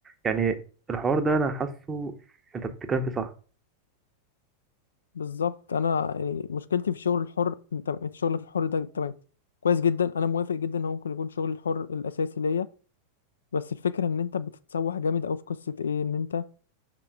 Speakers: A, on the right; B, on the left.
A: يعني الحوار ده انا حاسه انت بتتكلم فيه صح
B: بالظبط انا يعني مشكلتي في الشغل الحر انت انت شغلك الحر ده تمام كويس جدا انا موافق جدا ان هو ممكن يكون شغل الحر الاساسي ليا بس الفكره ان انت بتتسوح جامد قوي في قصه ايه ان انت